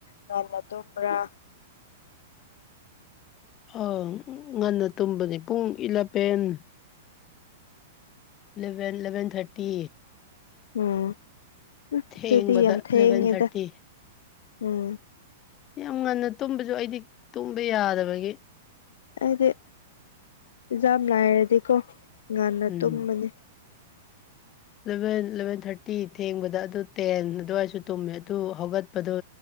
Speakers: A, on the left; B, on the left.
A: ꯅꯟꯅ ꯇꯨꯝꯕ꯭ꯔꯥ
B: ꯑ ꯉꯟꯅ ꯇꯨꯝꯕꯅꯤ ꯄꯨꯡ ꯏꯂꯕꯦꯟ ꯏꯂꯚꯦꯟ ꯏꯂꯚꯦꯟ ꯊꯥꯔꯇꯤ
A: ꯎꯝ ꯑꯗꯨꯗꯤ
B: ꯊꯦꯡꯕꯗ
A: ꯌꯥꯝ ꯊꯦꯡꯉꯦꯗ
B: ꯏꯂꯚꯦꯟ ꯊꯥꯔꯇꯤ
A: ꯎꯝ
B: ꯌꯥꯝ ꯉꯟꯅ ꯇꯨꯝꯕꯁꯨ ꯑꯩꯗꯤ ꯇꯨꯝꯕ ꯌꯥꯗꯕꯒꯤ
A: ꯑꯩꯗꯤ ꯑꯦꯖꯥ ꯂꯥꯏꯔꯗꯤꯀꯣ ꯉꯟꯅ
B: ꯎꯝ
A: ꯇꯨꯝꯕꯅꯤ
B: ꯏꯂꯚꯦꯟ ꯏꯂꯚꯦꯟ ꯊꯥꯔꯇꯤ ꯊꯦꯡꯕꯗ ꯑꯗꯨ ꯇꯦꯟ ꯑꯗꯨꯋꯥꯏꯁꯨ ꯇꯨꯝꯃꯦ ꯑꯗꯨ ꯍꯧꯒꯠꯄꯗꯨꯣ